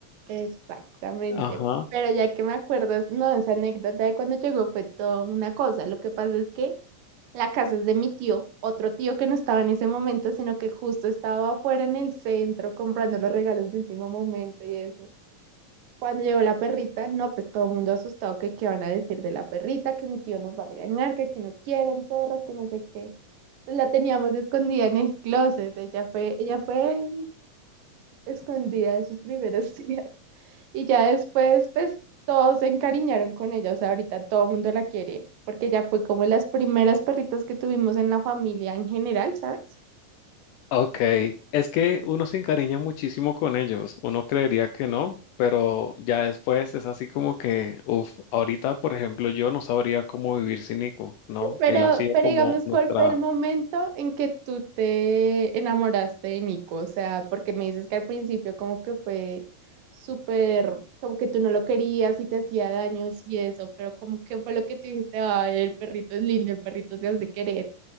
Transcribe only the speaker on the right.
Exactamente.
Pero ya que me acuerdas, no, esa anécdota de cuando llegó fue toda una cosa. Lo que pasa es que la casa es de mi tío, otro tío que no estaba en ese momento, sino que justo estaba afuera en el centro comprando los regalos de último momento y eso. Cuando llegó la perrita, no, pues todo el mundo asustado que qué van a decir de la perrita, que mi tío nos va a regañar, que aquí no quieren perros, que no sé qué. Pues la teníamos escondida en el closet. Ella fue, ella fue escondida de sus primeros <laughs> días. Y ya después, pues todos se encariñaron con ella, o sea, ahorita todo el mundo la quiere, porque ya fue como las primeras perritas que tuvimos en la familia en general, ¿sabes?
Pero,
pero
digamos,
¿cuál fue el momento en que tú te enamoraste de Nico? O sea, porque me dices que al principio como que fue súper, como que tú no lo querías y te hacía daños y eso, pero como que fue lo que te dijiste, ay, el perrito es lindo, el perrito se hace querer.